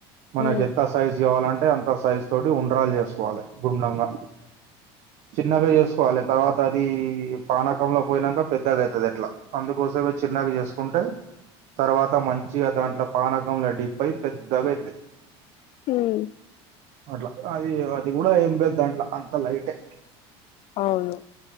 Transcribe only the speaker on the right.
మనకి
ఎంత సైజు కావాలంటే అంత సైజ్ తోటి ఉండ్రాలు చేసుకోవాలి గుండంగా చిన్నగా చేసుకోవాలి తర్వాత అది పానకంలో పోనాక పెద్దగా అవుతుది ఎట్లా అందుకోసమే చిన్నగా చేసుకుంటే తర్వాత మంచిగా దాంట్లో పానకంల డిప్పై పెద్దగా అవుతయి
అట్లా అది అది కూడా ఏం లేదు దాంట్లో అంత లైటే